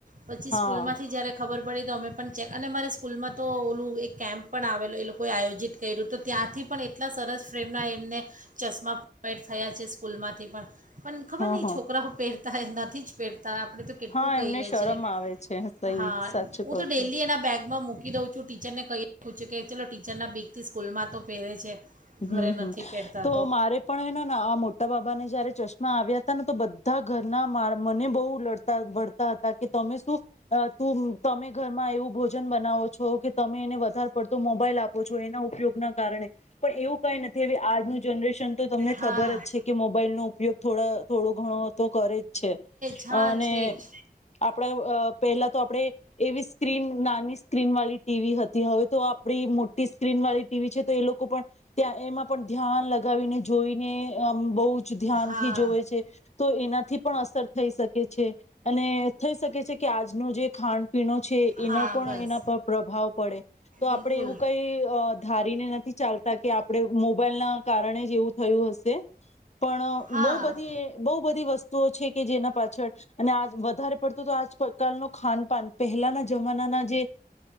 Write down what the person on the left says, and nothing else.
હા
હા
હા
હા
એમને શરમ
આવે છે સહી
સાચું કહો
છો
હમ
હમ
તો મારે પણ આ મોટા બાબાને જયારે ચશ્મા આવ્યા તો બધા ઘરના મા મને બહુ લડતા વળતા હતા કે તમે શું તું તમે ઘરમાં એવું ભોજન બનાવો છો કે તમે એને વધારે પડતો મોબાઈલ આપો છો એના ઉપયોગના કારણે પણ એવું કઈ નથી હવે આજનું જનરેશન તો તમને
ખબર જ છે કે મોબાઈલ નો ઉપયોગ થોડા થોડો ઘણો તો કરે જ છે
અને
આપણે અ પહેલા તો આપે એવી સ્ક્રીન નાની સ્ક્રીન વાળી ટીવી હતી હવે તો આપડી મોટી સ્ક્રીન વાળી ટીવી છે તો એ લોકો પણ ત્યાં એમાં પણ ધ્યાન લગાવીને જોઈને આમ બહુ ધ્યાનથી
જોવે છે તો એનાથી પણ અસર થઈ શકે છે અને થઈ શકે છે કે આજનો જે ખાણ પીણો છે એનો
પણ
એના પર પ્રભાવ પડે તો આપણે
એવું કઈ અ ધારી ને નથી ચાલતા કે આપણે મોબાઈલ ના કારણે જ એવું થયું હશે. પણ
બહુ બધી બહુ બધી વસ્તુઓ છે કે જેના પાછળ અને આ વધારે પડતું તો આજ કાલ નું ખાન પાન પહેલાના જમાનાના જે